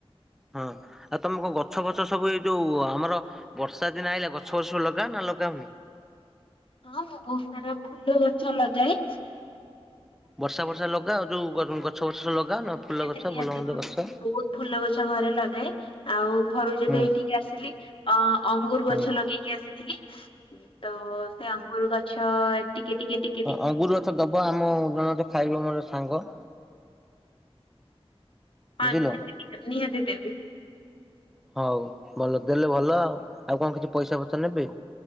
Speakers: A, in the centre; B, on the left.
A: ହଁ ଆଉ ତମେ କଣ ଗଛ ଫଛ ସବୁ ଏଇ ଯୋଉ ଆମର ବର୍ଷା ଦିନ ଆଇଲା ଗଛ ବଛ ଲଗା ନା ଲଗାଉନି।
B: ହଁ ମୁଁ ବହୁତ ସାରା ଫୁଲ ଗଛ ଲଗାଏ।
A: ବର୍ଷା ବର୍ଷା ଲଗାଅ ଯୋଉ ଗଛ ବୁଛ ଲଗାଅ ନା ଫୁଲ
B: ନିହାତି
A: ଗଛ
B: ନିହାତି
A: ଭଲ ମନ୍ଦ ଗଛ।
B: ବହୁତ ଫୁଲ ଗଛ ଘରେ ଲଗାଏ ଆଉ ଘରୁ ଯେବେ
A: ହୁଁ
B: ଏଇଠିକି ଆସିଲି ଅ ଅଙ୍ଗୁରୁ
A: ହୁଁ
B: ଗଛ
A: ହୁଁ
B: ଲଗେଇକି ଆସିଥିଲି। ତ ସେ ଅଙ୍ଗୁର ଗଛ ଟିକେ ଟିକେ ଟି
A: ହଁ ଅଙ୍ଗୁର ଗଛ ଦବ ଆମ ଜଣେ ଖାଇବ ମୋର ସାଙ୍ଗ।
B: ହଁ
A: ବୁଝିଲ।
B: ନିହାତି ନିହା ନିହାତି ଦେବି।
A: ହଉ ଭଲ ଦେଲେ ଭଲ ଆଉ ଆଉ କଣ କିଛି ପଇସା ପତ୍ର ନେବେ?